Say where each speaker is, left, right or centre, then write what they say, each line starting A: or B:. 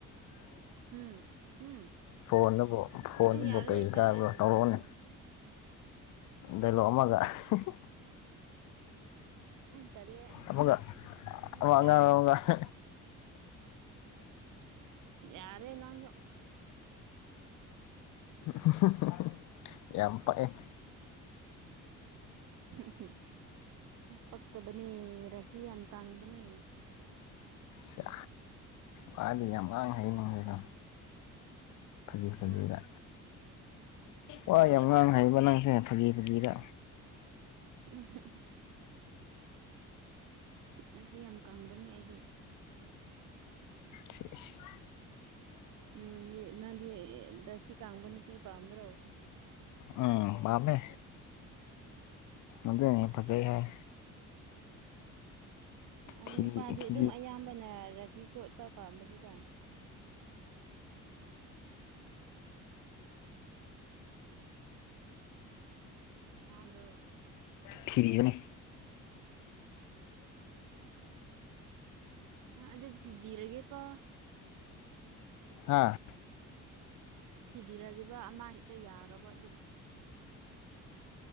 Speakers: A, on the right; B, on the left.
A: ꯎꯝ ꯎꯝ
B: ꯐꯣꯟꯗꯕꯨ ꯐꯣꯟꯗꯕꯨ
A: ꯅꯪ ꯌꯥꯔꯦ
B: ꯀꯩ
A: ꯏꯀꯥꯏ
B: ꯀꯥꯏꯕ꯭ꯔꯣ
A: ꯑꯩ
B: ꯇꯧꯔꯛꯑꯣꯅꯦ꯫
A: ꯇꯧꯔꯒ
B: ꯗꯥꯏꯂꯣꯛ ꯑꯃꯒ ꯍꯤꯍꯤ
A: ꯎꯝ ꯇꯜꯂꯦ
B: ꯑꯃꯒ ꯋꯥ
A: ꯏꯀꯥꯏ
B: ꯉꯥꯡꯑꯒ ꯑꯍ
A: ꯌꯥꯔꯦ ꯂꯥꯡꯒꯅꫭ꯫
B: ꯍꯍꯍ ꯌꯥꯝ ꯄꯛꯑꯦ꯫
A: ꯍꯍ ꯄꯛꯇꯕꯅꯤ ꯔꯥꯁꯤ ꯌꯥꯝ ꯀꯪꯕꯅꯦ꯫
B: ꯁꯥ ꯋꯥꯗꯤ ꯌꯥꯝ ꯉꯥꯡ ꯍꯩꯅꯤꯡꯁꯦꯀꯣ꯫ ꯐꯥꯒꯤ ꯐꯥꯒꯤꯗ
A: ꯎꯝ
B: ꯋꯥ
A: ꯀꯔꯤ
B: ꯌꯥꯝ ꯉꯥꯡ ꯍꯥꯏꯕ ꯅꯪꯁꯦ꯫ ꯐꯒꯤ ꯐꯒꯤꯗꯥ꯫
A: ꯎꯝꯍ ꯑꯩꯁꯦ ꯌꯥꯝ ꯀꯪꯕꯅꯤ ꯑꯩꯗꯤ꯫
B: ꯁꯤꯏꯁ-
A: ꯎꯝ ꯅꯪ ꯂꯁꯤ ꯀꯪꯕ ꯅꯨꯄꯤ ꯄꯝꯕꯔꯣ
B: ꯎꯝ ꯄꯥꯝꯃꯦ ꯃꯖꯦꯅꯤ ꯄꯖꯩ ꯍꯥꯏ
A: ꯎꯝ
B: ꯊꯤꯔꯤ
A: ꯅꯨꯄꯥꯗꯤ
B: ꯊꯤꯔꯤ
A: ꯑꯗꯨꯝ ꯑꯌꯥꯝꯕꯅ ꯔꯁꯤ ꯆꯣꯠꯄ ꯄꯥꯝꯕꯅꯤꯗ ꯍꯗꯣ
B: ꯊꯤꯔꯤꯌꯅꯦ
A: ꯑ ꯑꯗꯨꯗ ꯊꯕꯤꯔꯒꯦꯀꯣ
B: ꯍꯥꯥ
A: ꯕꯤꯔꯕ ꯑꯃ ꯍꯦꯛꯇ ꯌꯥꯔꯕ ꯑꯗꯨꯝ